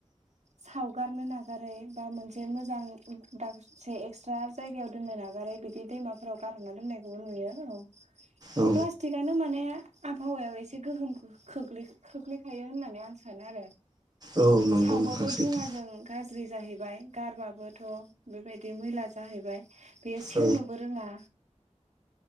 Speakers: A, on the right (about 65°); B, on the right (about 35°).
A: सावगारनो नागारै बा मोनसे मोजां दासे एक्सट्रा जायगायाव दोननो नागारै बिदि दैमाफोराव गारह'रना दोननायखौबो नुयो औ
B: औ
A: प्लास्टिक आनो माने आबहावायाव एसे गोहोम खो-खोख्लै खोख्लैखायो होननानै आं सानो आरो।
B: औ नंगौ
A: सावबाबो
B: नोंथां सैथो
A: धुङाजों गाज्रि जाहै बाय गारबाबोथ' बेबायदि मैला जाहैबाय। बेयो सेवनोबो
B: औ
A: रोङा